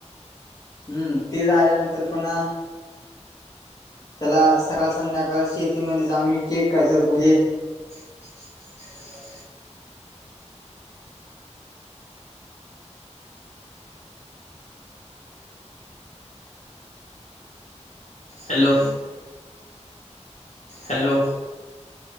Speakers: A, on the left; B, on the left.
A: हम्म ते झाल्यानंतर पुन्हा, त्याला सकाळ संध्याकाळ शेतीमध्ये जाऊन हे चेक कराय म्हणजे,
B: <inaudible> हॅलो? हॅलो!